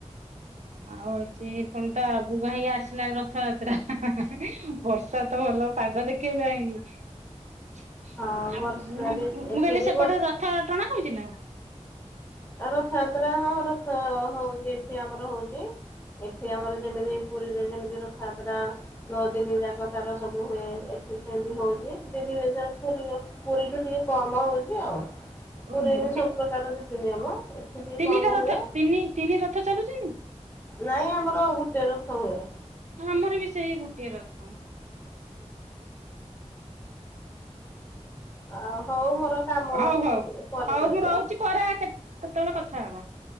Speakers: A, on the right; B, on the left.
A: ଆଉ ହଉଛି ପୁଣି ତ ଆଗକୁ ହେଇ ଆସିଲା ରଥଯାତ୍ରା ବର୍ଷା ତ ଭଲ ପାଗ ଦେଖେଇଲାଣି। ଆଉ
B: ହଁ ବର୍ଷା
A: ମୁଁ
B: ବି ଏଠି
A: କହିଲି
B: ବି
A: ସେପଟେ
B: ବର୍ଷା
A: ରଥ ଟଣା ହଉଚି ନା?
B: <unintelligible> ରଥ ଯାତ୍ରା ହଁ ରଥ ହଉଚି ଏ ଏଠି ଆମର ହଉଛି ଏଠି ଆମର ଯେମିତି ପୁରୀରେ ଯେମିତି ରଥଯାତ୍ରା ନଅ ଦିନି ଯାକ ତାଲ ସବୁ ହୁଏ ଏଠି ସେମିତି ହଉଚି ପୁରୀ ପୁରୀଠୁ ଟିକେ କମ ହଉଛି ଆଉ ପୁରୀ
A: ଓହୋ
B: ସବୁ ପ୍ରକାର ନିତି ନିୟମ ଏଠି ଟିକେ
A: ତିନିଟା
B: କମ
A: ରଥ
B: ହୁଏ
A: ତିନି ତିନି ରଥ ଚାଲୁଛନ୍ତି?
B: ନାଇଁ ଆମର ଗୋଟେ ରଥ ହୁଏ।
A: ଆମର ବି ସେଇ ଗୋଟିଏ ରଥହି
B: ଆଉ ହଉ ମୋର କାମ
A: ହଉ
B: ଅଛି
A: ହଉ
B: କିଛି ପରେ
A: ହଉ
B: କରିବି।
A: ବି ରହୁଛି ପରେ କେତେବେଳେ କଥା ହବ।